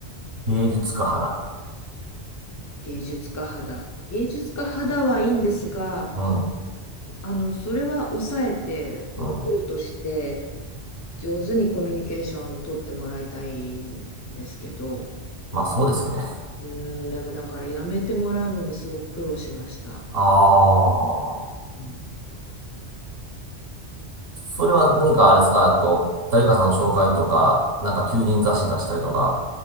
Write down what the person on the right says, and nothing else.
芸術家派だ
はいうん。
うん。
まあ、そうですよね。
ああ。
それは何かあれですかえっと、誰かさんの紹介とか、なんか求人雑誌出したりとか、